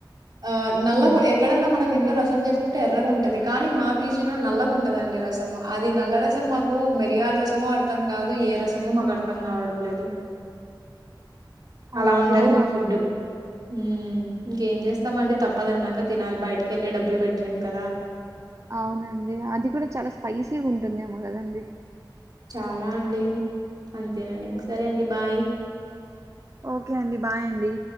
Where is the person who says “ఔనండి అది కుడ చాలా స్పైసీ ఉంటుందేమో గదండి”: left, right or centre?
Right